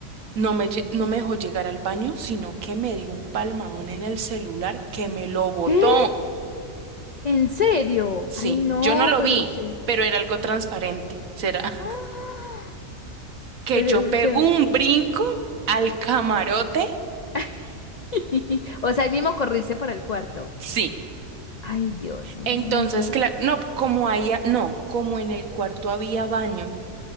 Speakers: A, on the right; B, on the left.
A: no me, lle- no me dejó llegar al baño, sino que me dio un palmadón en el celular que me lo botó.
B: ¿Qué? ¿En serio?
A: Sí,
B: Ay, no,
A: yo no lo
B: pero
A: vi,
B: usted.
A: pero era algo transparente. ¿Será <laughs>
B: ¡Ah!
A: que
B: Pero
A: yo pego
B: usted.
A: un brinco al camarote?
B: <laughs> O sea, ahí mismo corriste para el cuarto.
A: Sí.
B: Ay, Dios mío.
A: Entonces, claro, no, como ahí, no, como en el cuarto había baño,